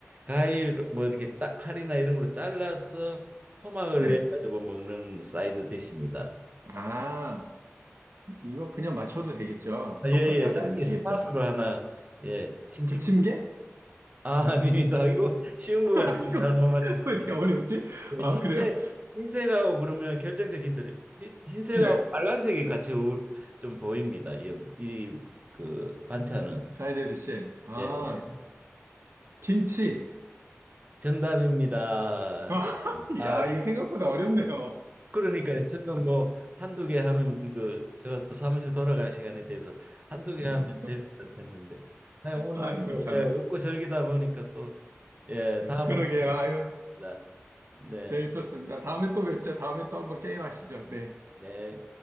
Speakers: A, on the right; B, on the right.
A: 과일 뭐 이렇게 짜, 칼이나 이런 걸로 잘라서 토막을
B: 네.
A: 내 가지고 먹는 사이드 디시입니다.
B: 아, 이거 그냥 맞춰도 되겠죠? 섭섭해하지
A: 예예 짧게
B: 않으시겠죠?
A: 스팟으로 하나 예 심심
B: 부침개?
A: 아 아닙니다. 이거 쉬운
B: <laughs>
A: 것
B: 아,
A: 같은데
B: 이거
A: 잘못 맞추시네.
B: <laughs> 왜 이렇게 어렵지? 아,
A: 예, 흰색
B: 그래요?
A: 흰색하고 그러면 결정적 힌트 흰- 흰색하고
B: 네.
A: 빨간색이 같이 어울- 좀 보입니다. 이 그 반찬은
B: 사이드 디시. 아,
A: 예 예.
B: 김치.
A: 정답입니다.
B: <laughs>
A: 아
B: 야, 이거 생각보다 어렵네요.
A: 그러니까 저는 뭐 한두 개 하면 이거 제가 또 사무실 돌아갈 시간에 대해서 한두
B: 어,
A: 개 하면 될 것 같았는데 아니, 오늘
B: 아이고,
A: 뭐
B: 참.
A: 예, 웃고 즐기다 보니까 또 예, 다음을
B: 그러게요.
A: 기대하겠습니다.
B: 아고
A: 네,
B: 재밌었습니다. 다음에 또 뵙죠. 다음에 또 한번 게임 하시죠. 네.
A: 네.